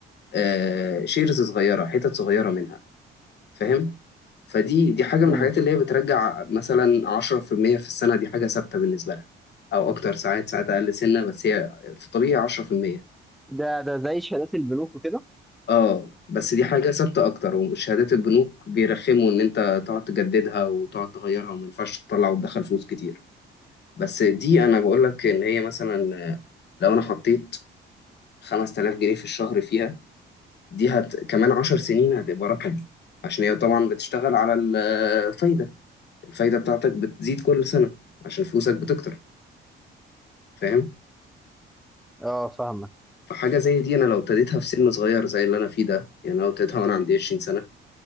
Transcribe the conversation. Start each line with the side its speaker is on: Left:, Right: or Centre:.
Left: آه، شيرز صغيرة حتت صغيرة منها فاهم فدي دي حاجة من
Centre: امم
Left: الحاجات اللي هي بترجع مثلا 10% في المية في السنة دي حاجة ثابتة بالنسبة لها أو أكتر ساعات ساعات أقل سنة بس هي في الطبيعي 10%
Centre: ده ده زي شهادات البنوك وكده؟
Left: اه بس دي حاجة ثابتة أكتر وشهادات البنوك بيرخموا إن أنت تقعد تجددها وتقعد تغيرها وما ينفعش تطلع وتدخل فلوس كتير بس دي أنا بقول لك إن هي مثلا آه، لو أنا حطيت 5000 جنيه في الشهر فيها دي هت... كمان عشر سنين هتبقى رقم عشان هي طبعا بتشتغل على الفايدة الفايدة بتاعتك بتزيد كل سنة عشان فلوسك بتكتر فاهم
Centre: اه فاهمك
Left: فحاجة زي دي أنا لو ابتديتها في سن صغير زي اللي أنا فيه ده يعني لو ابتديتها وأنا عندي 20 سنة